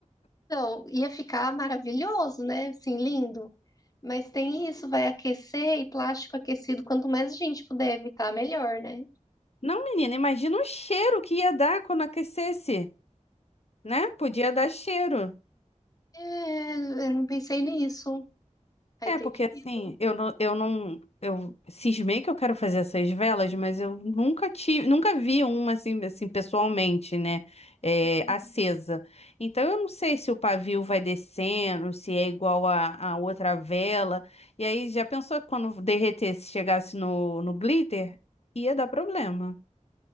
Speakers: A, on the left; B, on the left.
A: Então, ia ficar maravilhoso, né? Assim, lindo. Mas tem isso, vai aquecer e plástico aquecido, quanto mais a gente puder evitar, melhor, né?
B: Não, menina, imagina o cheiro que ia dar quando aquecesse, né? Podia dar cheiro.
A: É, eu não pensei nisso. Faz
B: É,
A: sentido.
B: porque assim, eu não, eu não, eu cismei que eu quero fazer essas velas, mas eu nunca tive, nunca vi uma assim, assim pessoalmente, né? É,
A: Uhum.
B: acesa. Então eu não sei se o pavio vai descendo, se é igual a, a outra vela. E aí já pensou que quando derretesse, chegasse no, no glitter, ia dar problema.